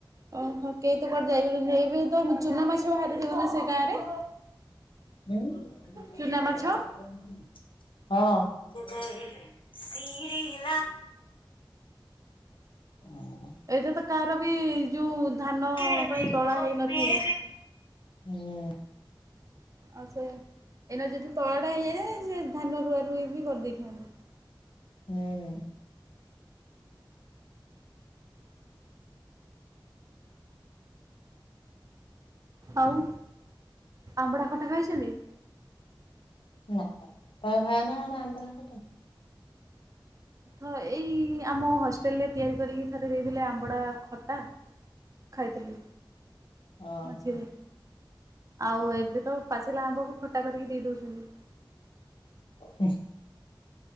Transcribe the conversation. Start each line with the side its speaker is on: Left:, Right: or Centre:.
Right: ଓହୋ କେହି ତ କୁଆଡେ ଯାଇ ହବନି ଏବେ ତ ଚୁନା ମାଛ ବାହାରୁିଥିବ ନା ସେ ଗାଁ ରେ?
Left: ହୁଁ
Right: ଚୁନା ମାଛ
Left: ହଁ। ହଁ।
Right: ଏଇଟା ତ କାହାର ବି ଯଉ ଧାନ
Left: କେ ଦେଖୋ
Right: ପାଇଁ ତଳା ହେଇନଥିବ।
Left: ମେରେ ହୁଁ।
Right: ଆଉ ସେ ଏଇନା ଯଦି ତଳ ଟା ହେଇଯାଇଥାନ୍ତା ସେ ଧାନ ରୁଆ ରୁଇ ବି କରିଦେଇଥାନ୍ତେ।
Left: ହୁଁ।
Right: ଆଉ ଆମ୍ବଡା ଖଟା ଖାଇଚନ୍ତି?
Left: ନା- ନା -ନା ନା ଆମ୍ୱଡା ଖଟା।
Right: ହ- ଏଇ ଆମ ହଷ୍ଟେଲରେ ତିଆରି କରିକି ଥରେ ଦେଇଥିଲେ ଆମ୍ବଡ଼ା ଖଟା ଖାଇଥିଲି।
Left: ଓହୋ।
Right: ମଝିରେ ଆଉ ଏବେ ତ ପାଚିଲା ଆମ୍ବକୁ ଖଟା କରିକି ଦେଇ ଦଉଚନ୍ତି।
Left: ହସ୍